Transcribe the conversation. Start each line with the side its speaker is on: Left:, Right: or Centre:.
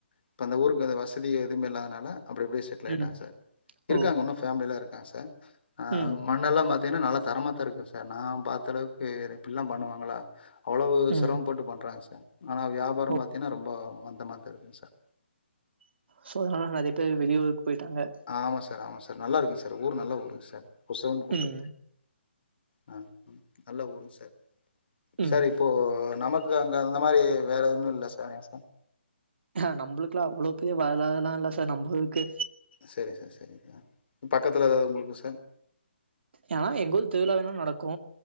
Left: இப்ப அந்த ஊருக் ல வசதி எதுமே இல்லாதனால அப்டிஅப்டியே செட்டில்
Right: ம்
Left: ஆய்ட்டாங்க சார் இருக்காங்க
Right: ஓ
Left: இன்னு ஃபேமிலிலா இருக்காங்க சர் ஆ
Right: ம்
Left: மண்ணெல்லா பாத்தீங்கன்னா நல்லா தரமா தா இருக்கு சார் நா பாத்த அளவுக்கு இப்டிலா பண்ணுவாங்களா அவ்வளவு
Right: ம்
Left: சிரம பட்டு பண்றாங்க சார் ஆனா வியாபாரம்
Right: ஓ
Left: பாத்தீனா ரொம்ப மந்தமா தா இருக்குங் சார்
Right: சோ அதனால நெறைய பேர் வெளியூருக்கு பேய்டாங்க
Left: ஆமா சார் ஆமா சார் நல்லா இருக்குங்க சார் ஊர் நல்ல ஊருங்க சர் கொசவன் குண்டு
Right: ம்
Left: ஆ ம் நல்ல ஊருங் சார்
Right: ம்
Left: சார் இப்போ நமக் கு அங்க அந்த மாரி வேற ஒன்னு இல்ல சர் ஏ சார்
Right: ஆ நம்ப்ளுக்குலா அவ்வளோ பெரிய வரலாறுலா இல்ல சார் நம்மளுக்கு
Left: சேரிங் சர் சேரிங் சார் பக்கத்துல ஏதாது உங்களுக்கு சார்
Right: ஏனா எங்க ஊர் திருவிழா வேணா நடக்கு